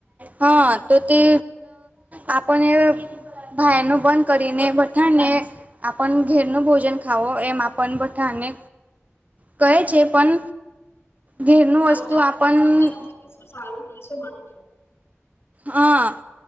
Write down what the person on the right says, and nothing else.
હા તો તે આપણને બહારનું બંધ કરીને બધા ને આપણ ઘેરનું ભોજન ખાવો એમ આપણ બધાને કહે છે પણ ઘેરનું
વસ્તુ
આપણ
હા.